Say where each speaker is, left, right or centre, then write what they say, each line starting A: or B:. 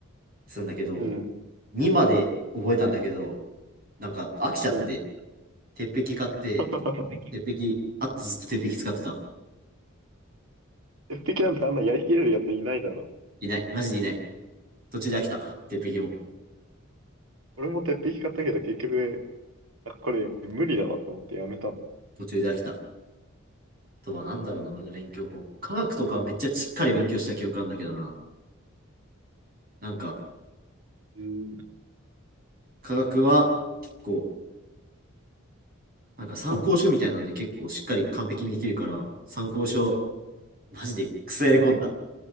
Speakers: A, on the right; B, on the right.
A: するんだけど、
B: うん、
A: 2まで覚えたんだけど、なんか飽きちゃって、
B: うん。
A: 鉄壁買って、
B: <laughs>
A: 鉄壁、あとずっと鉄壁使ってた。
B: 鉄壁なんてあんなやりきれるやついないだろ。
A: いない。マジでいない。途中で飽きた。鉄壁も。
B: 俺も鉄壁買ったけど結局、あ、これ無理だわと思ってやめたの。
A: 途中で飽きた。とはなんだろうな、俺の勉強法。科学とかはめっちゃしっかり勉強した記憶あるんだけどな。なんか、
B: うん、
A: 科学は結構、なんか参考書みたいなので結構しっかり完璧にできるから、参考書、マジでクソやり込んだ。
B: うん、